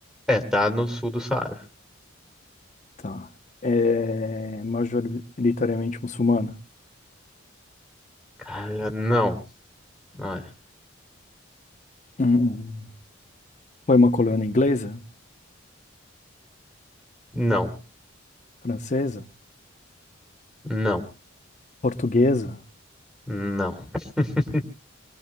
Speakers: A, in the centre; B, on the left.
A: É, tá no sul do Saara.
B: tá. É majoritariamente muçulmana.
A: Cara, não. Não é.
B: Hum. Foi uma colônia inglesa,
A: Não,
B: francesa,
A: não,
B: portuguesa,
A: não. <laughs>